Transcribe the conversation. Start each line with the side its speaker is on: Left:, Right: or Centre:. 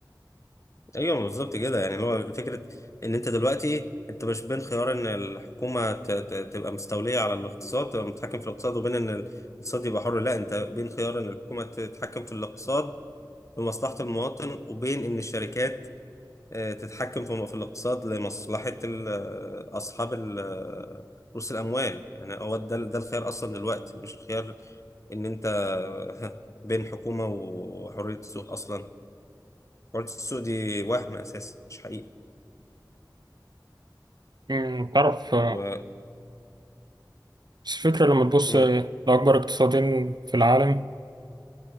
Left: ايوه بالظبط كده يعني اللي هو فكره ان انت دلوقتي انت مش بين خيار ان الحكومه ت- ت- تبقى مستوليه على الاقتصاد تبقى متحكم في الاقتصاد وبين ان الاقتصاد يبقى حر لا انت بين خيار ان الحكومه تتحكم في الاقتصاد لمصلحه المواطن وبين ان الشركات آه، تتحكم في في الاقتصاد لمصلحة ال- آه، أصحاب ال- آه، رؤوس الأموال يعني هو ده ده الخيار أصلا دلوقتي مش الخيار إن أنت <laughs> بين حكومة وحرية السوق أصلا حرية السوق دي وهم أساسا مش حقيقة
Right: أمم، تعرف آه،
Left: و...
Right: بس الفكرة لما تبص
Left: مم.
Right: لأكبر اقتصادين في العالم